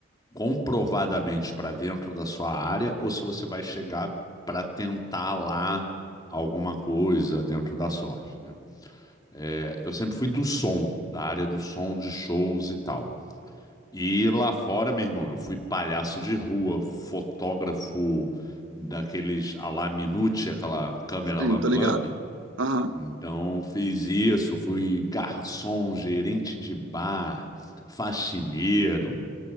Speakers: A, on the left; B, on the right.
A: comprovadamente para dentro da sua área ou se você vai chegar para tentar lá alguma coisa dentro da sorte, né? É, eu sempre fui do som, da área do som, de shows e tal. E lá fora, meu irmão, eu fui palhaço de rua, fotógrafo daqueles à la Minute, aquela câmera
B: Sim,
A: lambe-lambe.
B: tá ligado? Aham.
A: Então, fiz isso, fui garçom, gerente de bar, faxineiro.